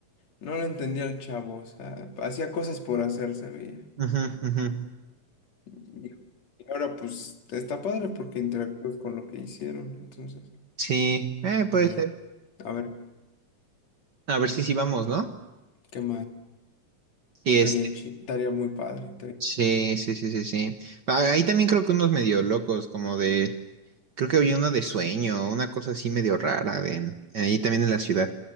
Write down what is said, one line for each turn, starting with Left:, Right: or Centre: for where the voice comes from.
Left: no le entendía al chavo, o sea, hacía cosas por hacer, se veía.
Right: Ujú, ujú.
Left: Y, y ahora pues está padre porque interactúas con lo que hicieron, entonces,
Right: Sí, eh, puede
Left: a ver,
Right: ser.
Left: a ver,
Right: A ver si sí vamos, ¿no?
Left: ¿qué más?
Right: Y
Left: Estaría
Right: este,
Left: chi- estaría muy padre, estaría...
Right: sí, sí, sí, sí, sí. Ah, Ahí también creo que unos medio locos, como de Creo que había uno de sueño, una cosa así medio rara de en- ahí también en la ciudad.